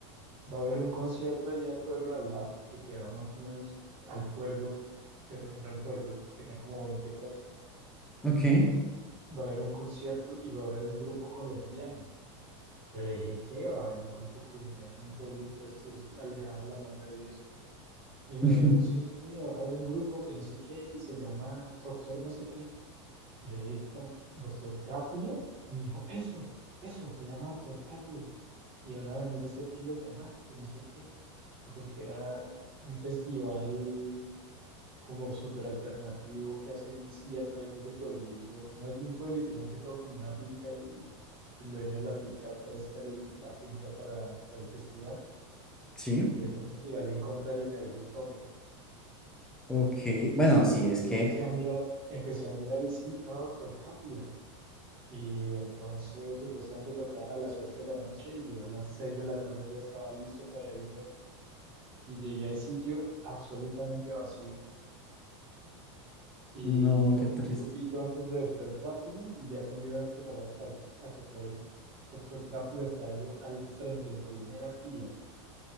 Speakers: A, on the right; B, in the centre.
A: va a haber un concierto allá en el pueblo al lado, que quedaba más o menos al pueblo, pero no era un pueblo, tenía como 20 casas.
B: ok.
A: Va a haber un concierto y va a haber un grupo colombiano. Yo le dije, ¿qué? Va a haber un grupo colombiano en un pueblito de estos alejado de la mano de Dios. Y me
B: <laughs>
A: dijo, sí, sí, sí, va a haber un grupo que no sé qué y se llama Doctor no sé qué. Y yo le dije, como, ¿Doctor Crápula? Y me dijo, eso, eso, se llama Doctor Crápula. Y van a venir este fin de semana, que no sé qué, que porque era un festival como súper alternativo que hacen siempre en ese pueblito. No es un pueblito, es más que todo como una finca y el dueño de la finca presta el- la finca para, para el festival.
B: Sí,
A: Y es un festival en contra de la energía atómica.
B: ok.
A: Entonces
B: Bueno, sí, es que...
A: yo empecé a mirar, empecé a mirar y sí, estaba Doctor Crápula. Y entonces supuestamente tocaban a las 8 de la noche y yo a las 6 de la tarde ya estaba listo para irme y llegué al sitio absolutamente vacío. Y
B: No,
A: tocó
B: qué triste.
A: un grupito antes de Doctor Crápula y ya cuando iba a empezar a, tocar- a tocar Doctor Crápula estaba yo al frente en primera fila